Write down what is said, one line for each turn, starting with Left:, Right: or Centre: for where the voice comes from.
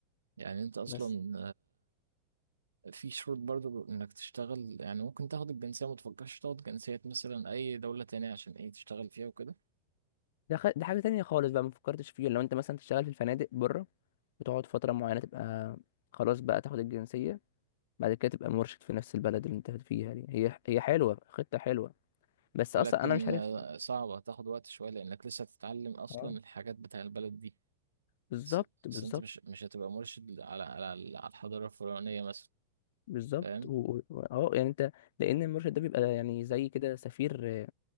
Right: يعني انت اصلا
Left: بس
Right: آه، في شروط برضو انك تشتغل يعني ممكن تاخد الجنسية ما تفكرش تاخد جنسية مثلا اي دولة تانية عشان ايه تشتغل فيها وكده
Left: ده خ... ده حاجه تانية خالص بقى ما فكرتش فيه لو انت مثلا تشتغل في الفنادق بره وتقعد فتره معينه تبقى خلاص بقى تاخد الجنسيه بعد كده تبقى مرشد في نفس البلد اللي انت فيها دي هي هي حلوه خطه حلوه بس
Right: ولكن
Left: اصلا انا مش عارف
Right: آه، صعبة هتاخد وقت شوية لأنك لسه هتتعلم أصلا
Left: اه
Right: الحاجات بتاع البلد دي
Left: بالظبط
Right: بس
Left: بالظبط
Right: بس أنت مش مش هتبقى مرشد على على على الحضارة الفرعونية مثلا
Left: بالظبط
Right: فاهم؟
Left: و- و- و- اه يعني انت لان المرشد ده بيبقى يعني زي كده سفير